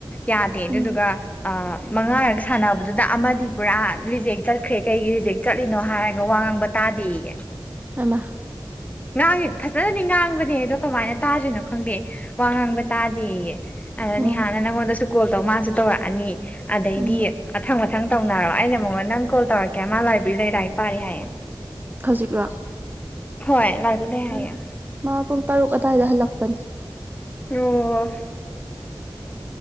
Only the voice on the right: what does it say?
ꯎꯝ
ꯑꯥꯏꯃ
ꯎꯝ
ꯎꯝ
ꯍꯧꯖꯤꯛꯔꯣ
ꯎꯝ ꯃꯥ ꯄꯨꯡ ꯇꯔꯨꯛ ꯑꯗ꯭ꯋꯥꯏꯗ ꯍꯜꯂꯛꯄꯅꯤ